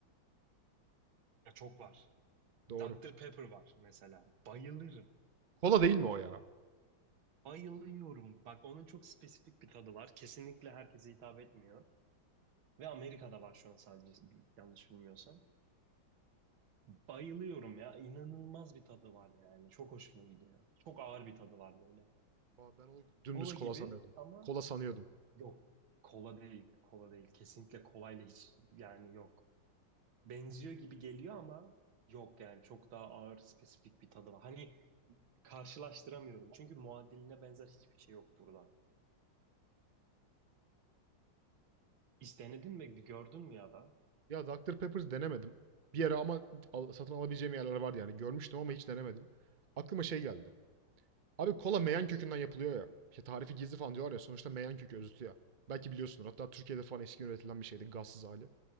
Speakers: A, on the right; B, on the right.
A: Ya çok var.
B: Doğru.
A: Dr. Pepper var mesela. Bayılırım.
B: Kola değil mi o ya?
A: Bayılıyorum. Bak onun çok spesifik bir tadı var. Kesinlikle herkese hitap etmiyor. Ve Amerika'da var şu an sadece yanlış bilmiyorsam. Bayılıyorum ya. İnanılmaz bir tadı var yani. Çok hoşuma gidiyor. Çok ağır bir tadı var böyle.
B: Aa, ben onu dümdüz
A: Kola
B: kola
A: gibi
B: sanıyordum.
A: ama
B: Kola sanıyordum.
A: yok. Kola değil. Kola değil. Kesinlikle kolayla hiç yani yok. Benziyor gibi geliyor ama yok yani. Çok daha ağır spesifik bir tadı var. Hani karşılaştıramıyorum. Çünkü muadiline benzer hiçbir şey yok burada. Hiç denedin mi? Gördün mü ya da?
B: Ya Dr. Pepper denemedim. Bir ara ama al- satın alabileceğim yerler vardı yani. Görmüştüm ama hiç denemedim. Aklıma şey geldi. Abi kola meyan kökünden yapılıyor ya. İşte tarifi gizli falan diyorlar ya. Sonuçta meyan kökü özütü ya. Belki biliyorsunuz. Hatta Türkiye'de falan eski üretilen bir şeydi. Gazsız hali.